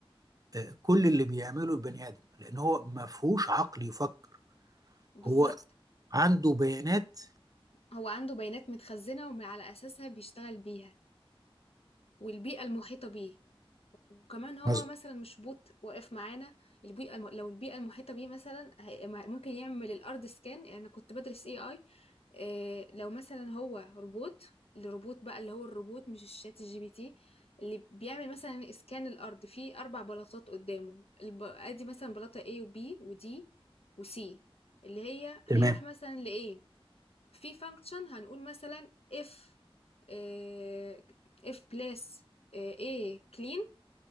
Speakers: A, on the right; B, on the left.
A: آه، كل اللي بيعمله البني ادم لان هو ما فيهوش عقل يفكر
B: بالضبط،
A: هو عنده بيانات
B: هو عنده بيانات متخزّنة ومن على أساسها بيشتغل بيها، والبيئة المحيطة بيه. وكمان هو
A: مظبوط
B: مثلا مش بوت واقف معانا البيئة الم... لو البيئة المحيطة بيه مثلا هي- ممكن يعمل الأرض سكان يعني أنا كنت بدرس اي اي إيه، لو مثلا هو روبوت الروبوت بقى اللي هو الروبوت مش الشات الجي بي تي اللي بيعمل مثلا اسكان الارض في اربع بلاطات قدامه الب... ادي مثلا بلاطه A و B و D و C اللي هي
A: تمام
B: هيروح مثلا ل A في فانكشن هنقول مثلا if آه، if place آه، A clean